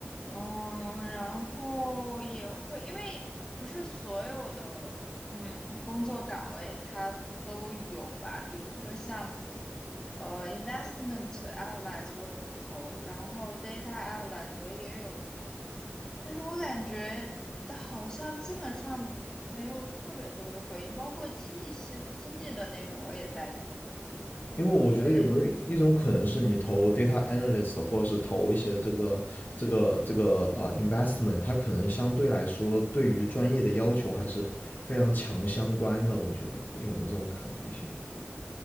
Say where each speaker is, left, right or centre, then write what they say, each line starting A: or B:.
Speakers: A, on the left; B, on the left.
A: 嗯，然后也会，因为不是所有的嗯工作岗位它都有吧，比如说像呃 investment analyze 我有投，然后 data analyze 我也有投，但是我感觉好像基本上没有特别多的回应，包括经济系的经济的那种我也在投。
B: 因为我觉得有没有一种可能是你投
A: 对，
B: data analyst，或者是投一些这个这个这个啊 investment，它可能相对来说对于专业的要求还是非常强相关的。我觉得有没有这种可能性？